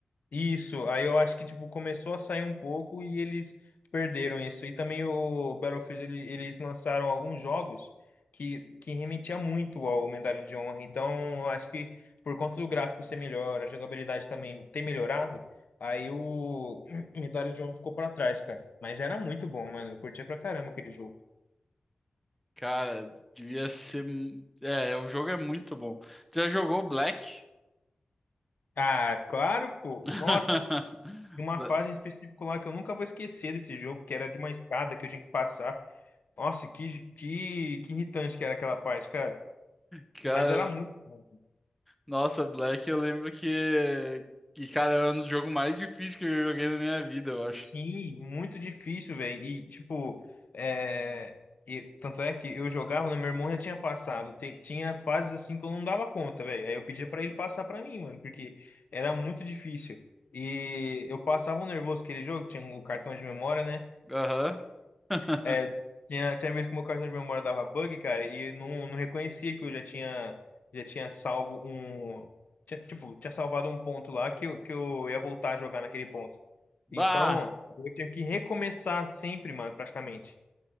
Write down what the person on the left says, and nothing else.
Isso, aí eu acho que, tipo, começou a sair um pouco e eles perderam isso. E também o Battlefield, ele- eles lançaram alguns jogos que, que remetia muito ao Medalha de Honra. Então, eu acho que por conta do gráfico ser melhor, a jogabilidade também ter melhorado, aí o <clears throat> Medalha de Honra ficou para trás, cara. Mas era muito bom, mano. Eu curtia pra caramba aquele jogo.
Ah, claro, pô.
Nossa, tinha uma fase em específico lá que eu nunca vou esquecer desse jogo, que era de uma escada que eu tinha que passar. Nossa, que, que, que irritante que era aquela parte, cara.
Mas era muito bom.
Sim, muito difícil, velho. E, tipo, é... e- tanto é que eu jogava, né? Meu irmão já tinha passado. Tem- tinha fases assim que eu não dava conta, velho. Aí eu pedia pra ele passar pra mim, mano, porque era muito difícil. E eu passava um nervoso aquele jogo, tinha o cartão de memória, né?
É, tinha, tinha vez que o meu cartão de memória dava bug, cara, e não, não reconhecia que eu já tinha, já tinha salvo um. tinha- tipo, tinha salvado um ponto lá que, eu- que eu ia voltar a jogar naquele ponto.
Então, eu tinha que recomeçar sempre, mano, praticamente.